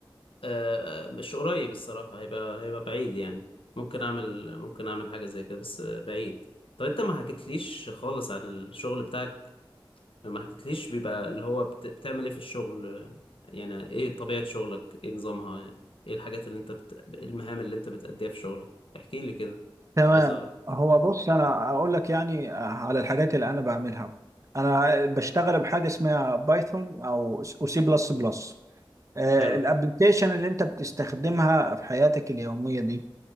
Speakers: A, on the left; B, on the right.
A: آه مش قريب الصراحة هيبقى هيبقى بعيد يعني ممكن اعمل ممكن اعمل حاجة زي كده بس بعيد طب انت ما حكيتليش خالص عن الشغل بتاعك ما حكيتليش بيبقى اللي هو بت... بتعمل ايه في الشغل يعني ايه طبيعة شغلك ايه نظامها يعني ايه الحاجات اللي انت بت... المهام اللي انت بتأديها في شغلك احكيلي كده
B: تمام
A: عايز اعرف
B: هو بص أنا أقول لك يعني آه، على الحاجات اللي أنا بعملها أنا بشتغل بحاجة اسمها بايثون أو سي بلس بلس الابلكيشن
A: حلو
B: اللي أنت بتستخدمها في حياتك اليومية دي